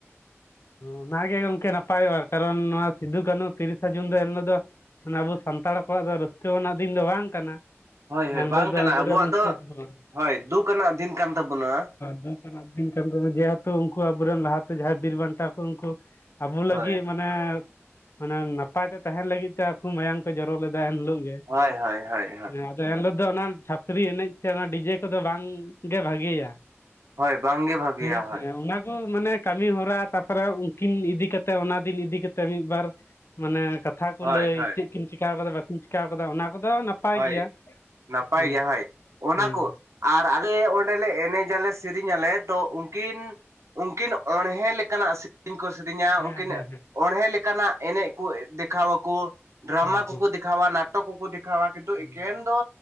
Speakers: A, on the left; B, on the right.
A: ᱚᱱᱟ ᱜᱮ ᱜᱚᱝᱠᱮ ᱱᱟᱯᱟᱭᱚᱜᱼᱟ, ᱠᱟᱨᱚᱱ ᱱᱚᱣᱟ ᱥᱤᱫᱩ ᱠᱟᱹᱱᱩ ᱛᱤᱨᱤᱥᱟ ᱡᱩᱱ ᱫᱚ ᱮᱱᱦᱤᱞᱳᱜ ᱫᱚ ᱚᱱᱟ ᱟᱵᱚ ᱥᱟᱱᱛᱟᱲ ᱠᱚᱣᱟᱜ ᱫᱚ ᱨᱟᱹᱥᱠᱟᱹ ᱟᱱᱟᱜ ᱫᱤᱱ ᱫᱚ ᱵᱟᱝ ᱠᱟᱱᱟ᱾
B: ᱦᱳᱭ
A: ᱮᱱᱦᱤᱞᱳᱜ
B: ᱦᱳᱭ ᱵᱟᱝ
A: ᱫᱚ
B: ᱠᱟᱱᱟ
A: ᱟᱵᱚᱨᱮᱱ
B: ᱟᱵᱚᱣᱟᱜ
A: ᱩᱱᱠᱩ
B: ᱫᱚ
A: ᱠᱚᱫᱚ
B: ᱦᱳᱭ ᱫᱩᱠ ᱟᱱᱟᱜ ᱫᱤᱱ ᱠᱟᱱ ᱛᱟᱵᱚᱱᱟ
A: ᱵᱟᱝ ᱟᱪᱪᱷᱟ᱾ <unintelligible> ᱵᱤᱱ ᱠᱟᱱ ᱛᱟᱵᱚᱱᱟ ᱡᱮᱦᱟᱛᱩ ᱩᱱᱠᱩ ᱟᱵᱚᱨᱮᱱ ᱞᱟᱦᱟᱛᱮ ᱡᱟᱦᱟᱸᱭ ᱵᱤᱨ ᱵᱟᱱᱴᱟ ᱠᱩ ᱩᱱᱠᱩ ᱟᱵᱚ ᱞᱟᱹᱜᱤᱫ
B: ᱦᱳᱭ
A: ᱢᱟᱱᱮ ᱢᱟᱱᱮ ᱱᱟᱯᱟᱭ ᱛᱮ ᱛᱟᱦᱮᱸᱱ ᱞᱟᱹᱜᱤᱫ ᱛᱮ ᱟᱠᱩ ᱢᱟᱭᱟᱢ ᱠᱩ ᱡᱚᱨᱚ ᱞᱮᱫᱟ ᱮᱱᱞᱳᱜ ᱜᱮ᱾
B: ᱦᱚᱭ ᱦᱚᱭ ᱦᱚᱭ ᱦᱚᱭ
A: ᱟᱫᱚ ᱮᱱᱦᱤᱞᱳᱜ ᱫᱚ ᱚᱱᱟ ᱪᱷᱟᱯᱨᱤ ᱮᱱᱮᱡ ᱥᱮ ᱚᱱᱟ ᱰᱤᱡᱮ ᱠᱚ ᱫᱚ ᱵᱟᱝ ᱜᱮ ᱵᱷᱟᱜᱤᱭᱟ᱾
B: ᱦᱳᱭ ᱵᱟᱝᱜᱮ ᱵᱷᱟᱜᱮᱭᱟ
A: ᱢᱚᱱᱮ ᱛᱤᱧᱟ
B: ᱦᱳᱭ
A: ᱚᱱᱟ ᱠᱚ ᱢᱟᱱᱮ ᱠᱟᱢᱤ ᱦᱚᱨᱟ ᱛᱟᱯᱚᱨᱮ ᱩᱱᱠᱤᱱ ᱤᱫᱤ ᱠᱟᱛᱮ ᱚᱱᱟ ᱫᱤᱱ ᱤᱫᱤ ᱠᱟᱛᱮ ᱢᱤᱫ ᱵᱟᱨ ᱢᱟᱱᱮ ᱠᱟ ᱛᱷᱟ ᱠᱚ
B: ᱦᱳᱭ
A: ᱞᱟᱹᱭ
B: ᱦᱳᱭ
A: ᱪᱮᱫ ᱠᱤᱱ ᱪᱮᱠᱟ ᱠᱟᱫᱟ ᱵᱟᱹᱠᱤᱱ ᱪᱮᱠᱟᱣ ᱠᱟᱫᱟ ᱚᱱᱟ ᱠᱚᱫᱚ ᱱᱟᱯᱟᱭ
B: ᱦᱳᱭ
A: ᱜᱮᱭᱟ
B: ᱱᱟᱯᱟᱭ
A: ᱦᱮᱸ
B: ᱡᱟᱦᱟᱸᱭ ᱚᱱᱟ
A: ᱦᱮᱸ
B: ᱠᱚ ᱟᱨ ᱟᱞᱮ ᱚᱸᱰᱮᱞᱮ ᱮᱱᱮᱡ ᱟᱞᱮ ᱥᱮᱨᱮᱧ ᱟᱞᱮ ᱛᱚ ᱩᱱᱠᱤᱱ ᱩᱱᱠᱤᱱ ᱚᱬᱦᱮᱸ ᱞᱮᱠᱟᱱᱟᱜ ᱥᱤᱨᱤᱧ ᱠᱚ ᱥᱤᱨᱤᱧᱟ᱾
A: ᱦᱮᱸ
B: ᱩᱱᱠᱤᱱ
A: ᱦᱮᱸ
B: ᱚᱬᱦᱮᱸ ᱞᱮᱠᱟᱱᱟᱜ ᱮᱱᱮᱡ ᱠᱩ ᱫᱮᱠᱷᱟᱣᱟ ᱠᱚ ᱰᱨᱟᱢᱟ
A: ᱦᱮᱸ ᱦᱚᱸ
B: ᱠᱚ ᱠᱚ ᱫᱮᱠᱷᱟᱣᱟ, ᱱᱟᱴᱚᱠ ᱠᱚ ᱠᱚ ᱫᱮᱠᱷᱟᱣᱟ᱾ ᱠᱤᱱᱛᱩ
A: ᱦᱚᱸ
B: ᱮᱠᱷᱮᱱ ᱫᱚ